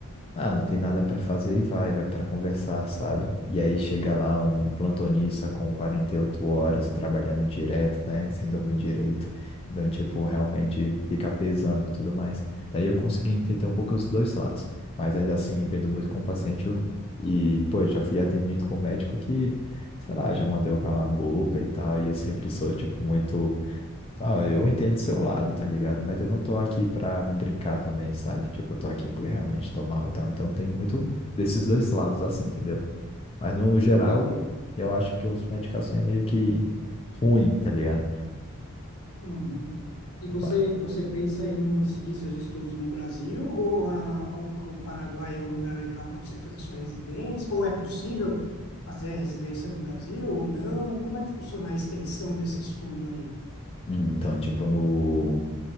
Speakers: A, on the left; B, on the left.
A: ah, não tem nada para fazer e vai, vai para conversar, sabe? E aí chega lá um plantonista com 48 horas trabalhando direto, né? Sem dormir direito. Então, tipo, realmente fica pesando e tudo mais. Daí eu consegui entender um pouco os dois lados. Mas ainda assim, vendo muito com o paciente eu- e, pô, já fui atendido com um médico que, sei lá, já mandou eu calar a boca e tal. E eu sempre sou, tipo, muito. Não, eu entendo seu lado, tá ligado? Mas eu não tô aqui pra brincar também, sabe? Tipo, eu tô aqui porque realmente tô mal e tal. Então tem muito desses dois lados, assim, entendeu? Mas no geral,
B: Entendi.
A: eu acho que os médicos assim é meio que ruim, tá ligado?
B: Uhum. E você,
A: Ba-
B: você pensa em seguir seus estudos no Brasil ou a, o, o Paraguai é um lugar legal para você fazer sua residência? Ou é possível fazer a residência no Brasil ou não? Como é que funciona a extensão desse estudo aí?
A: Hum, Então, tipo, no.